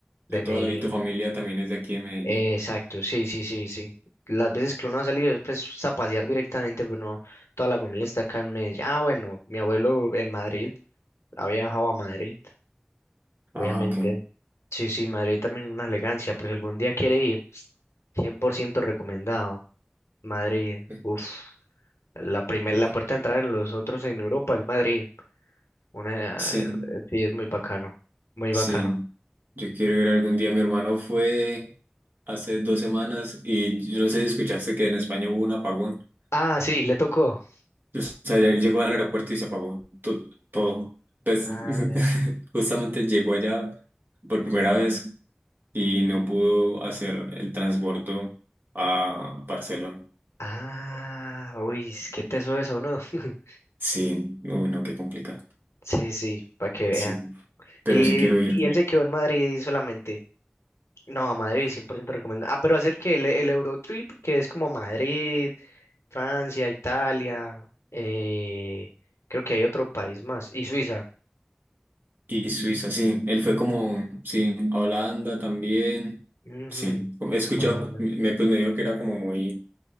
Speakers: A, on the left; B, on the right.
A: de
B: de
A: Medellín.
B: toda la, y tu familia también es de aquí de Medellín.
A: Eh, exacto, sí, sí, sí, sí. Las veces que uno ha salido es pues pues, a pasear directamente, pero no, toda la familia está acá en Medellín. Ah, bueno, mi abuelo en Madrid, ha viajado a Madrid, obviamente.
B: Ah, ok.
A: Sí, sí, Madrid también una elegancia, por si algún día quiere ir, 100% recomendado. Madrid,
B: Ok,
A: uff, la primer,
B: ok.
A: la puerta de entrada en los otros en Europa es Madrid. Una,
B: Sí.
A: eh, sí, es muy bacano, muy
B: Sí,
A: bacano.
B: yo quiero ir algún día. Mi hermano fue hace dos semanas y yo no sé si escuchaste que en España hubo un apagón.
A: Ah, sí, le tocó.
B: O sea, él llegó al aeropuerto y se apagó to- todo. Pues
A: Ah,
B: <laughs> justamente llegó allá por primera vez y no pudo hacer el transbordo a Barcelona.
A: Ah, uy, ¿qué que teso eso, ¿no? <laughs>
B: Sí, uy, no, qué complicado.
A: Sí, sí, para que vea.
B: Sí, pero
A: Y,
B: sí quiero ir.
A: y él se quedó en Madrid solamente. No, Madrid 100% recomendado. Ah, pero hacer que el, el Eurotrip, que es como Madrid, Francia, Italia, eh, creo que hay otro país más. Y Suiza.
B: Y Suiza, sí. Él fue como, sí, a Holanda también.
A: Ujú,
B: Sí, he escuchado,
A: Holanda.
B: me, pues me dijo que era como muy,